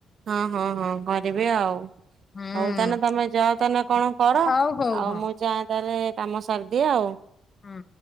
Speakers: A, on the right; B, on the left.
A: ହଁ-ହଁ-ହଁ କରିବି ଆଉ।
B: ହୁଁ
A: ହଉ ତାହେନେ ତମେ ଯାଅ ତାନେ କଣ କର,
B: ହଉ ହଉ
A: ଆଉ
B: ହଁ
A: ମୁଁ ଯାଏଁ ତାହେଲେ କାମ ସାରିଦିଏ ଆଉ।
B: ହଁ।